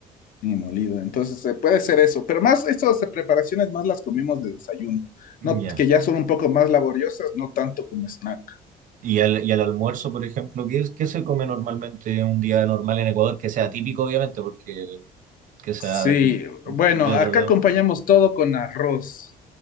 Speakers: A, on the left; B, on the right.
A: Sí, molido. Entonces eh, puede ser eso. Pero más estas preparaciones más las comemos de desayuno,
B: Ya.
A: no, que ya son un poco más laboriosas, no tanto como snack.
B: ¿Y al, y al almuerzo, por ejemplo, ¿qué, es- qué se come normalmente un día normal en Ecuador? Que sea típico, obviamente, porque que sea
A: Sí,
B: de, de
A: bueno,
B: otro
A: acá
B: lado.
A: acompañamos todo con arroz.